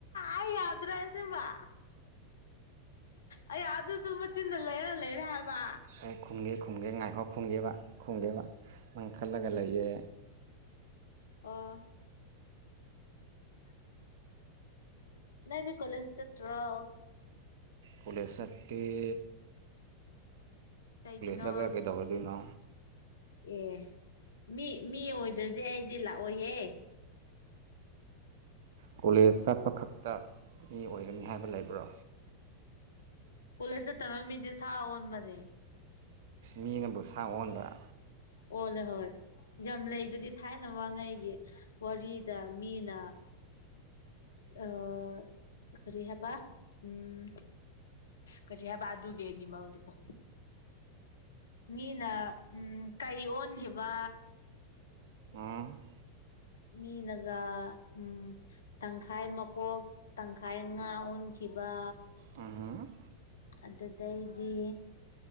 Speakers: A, on the left; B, on the right.
A: ꯑꯩ ꯌꯥꯗ꯭ꯔꯦ ꯑꯁꯦꯡꯕ ꯑꯩ ꯑꯗꯨꯗꯨ ꯃꯆꯤꯟꯗ ꯂꯩꯔ ꯂꯩꯔꯦ ꯍꯥꯏꯕ
B: ꯑꯩ ꯈꯨꯝꯒꯦ ꯈꯨꯝꯒꯦ ꯉꯥꯏꯈꯣ ꯈꯨꯝꯒꯦꯕ ꯈꯨꯝꯒꯦꯕ ꯅꯪꯈꯠꯂꯒ ꯂꯩꯌꯦ
A: ꯑꯣ ꯅꯪꯗꯤ ꯀꯣꯂꯦꯖ ꯆꯠꯇ꯭ꯔꯣ
B: ꯀꯣꯂꯦꯁ ꯆꯠꯇꯦ
A: ꯀꯩꯒꯤꯅꯣ
B: ꯆꯠꯂꯒ ꯀꯩꯗꯧꯔꯗꯣꯏꯅꯣ
A: ꯑꯦ ꯃꯤ ꯃꯤ ꯑꯣꯏꯗ꯭ꯔꯗꯤ ꯑꯩꯗꯤ ꯂꯥꯛꯑꯣꯏꯍꯦ
B: ꯀꯣꯂꯦꯖ ꯆꯠꯄ ꯈꯛꯇ ꯃꯤ ꯑꯣꯏꯒꯅꯤ ꯍꯥꯏꯕ ꯂꯩꯕ꯭ꯔꯣ
A: ꯀꯣꯂꯦꯖ ꯆꯠꯇ ꯃꯤꯗꯤ ꯁꯥ ꯑꯣꯟꯕꯅꯦ
B: ꯃꯤꯅꯕꯨ ꯁꯥ ꯑꯣꯟꯕ꯭ꯔꯥ
A: ꯑꯣꯂꯦ ꯍꯣꯏ ꯌꯥꯝ ꯂꯩꯗꯨꯗꯤ ꯊꯥꯏꯅ ꯃꯥꯃꯥꯡꯉꯩꯒꯤ ꯋꯥꯔꯤꯗ ꯃꯤꯅ ꯑꯥ ꯀꯔꯤ ꯍꯥꯏꯕ ꯎꯝ ꯀꯔꯤ ꯍꯥꯏꯕ ꯑꯗꯨꯒꯤ ꯌꯦꯅꯤꯃꯜꯗꯨꯕꯨ ꯃꯤꯅ ꯎꯝ ꯀꯩ ꯑꯣꯟꯈꯤꯕ
B: ꯑꯝ
A: ꯃꯤꯅꯒ ꯎꯝ ꯇꯪꯈꯥꯏ ꯃꯀꯣꯛ ꯇꯪꯈꯥꯏ ꯉꯥ ꯑꯣꯟꯈꯤꯕ
B: ꯑꯝ ꯍꯨꯝ
A: ꯑꯗꯨ ꯗꯩꯗꯤ